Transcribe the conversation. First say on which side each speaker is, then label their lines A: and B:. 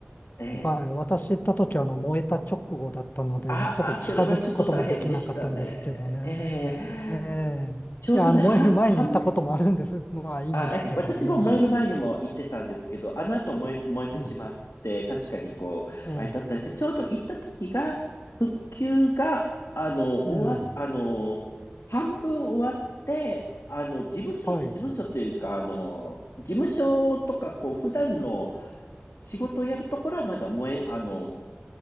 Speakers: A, on the left (about 75°); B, on the left (about 45°).
A: えー
B: はい私行った時、あの、燃えた直後だったので、
A: あ、
B: ちょっと近づくこともできなかったんですけどね。
A: あ、それはちょっと大変でしたね。えー
B: ええいや、
A: ちょうどね、
B: あの、燃える前に行ったこともあるんです。
A: は、半
B: <laughs> まあ、いいんですけどね。
A: あ、え、私も燃える前にも言ってたんですけど、あの後燃え、燃えてしまって、
B: うん
A: 確かにこう、
B: ええ
A: あれだったんですけど、ちょうど行った時が、復旧が、あの、
B: うん。
A: 終わ、あの、半分終わって、あの、事務所、
B: はい。
A: 事務所っていうか、あの、事務所とか、こう、普段の仕事をやるところはまだ燃え、あの、